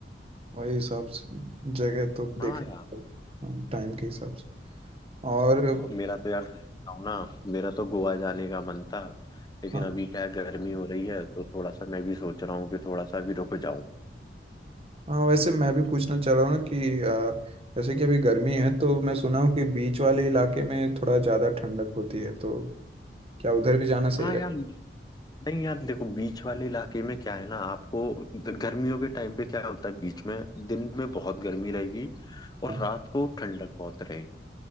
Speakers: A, on the right; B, on the left.
A: वही हिसाब से जगह तो देख
B: हाँ यार
A: हाँ, टाइम के हिसाब से और
B: तो मेरा तो यार सच बताऊं ना मेरा तो गोवा जाने का मन था लेकिन
A: हाँ
B: अभी क्या है गर्मी हो रही है तो थोड़ा सा मैं भी सोच रहा हूँ कि थोड़ा सा अभी रुक जाऊं
A: हाँ वैसे मैं भी पूछना चाह रहा हूँ ना कि अ, जैसे कि अभी गर्मी है तो मैं सुना हूँ कि बीच वाले इलाके में थोड़ा ज़्यादा ठंडक होती है तो क्या उधर भी जाना सही
B: हाँ
A: रहेगा
B: यार नहीं यार देखो बीच वाले इलाके में क्या है ना आपको द- गर्मियों के टाइम पे क्या होता है बीच में दिन में बहुत गर्मी रहेगी और
A: हाँ,
B: रात को ठंडक बहुत रहेगी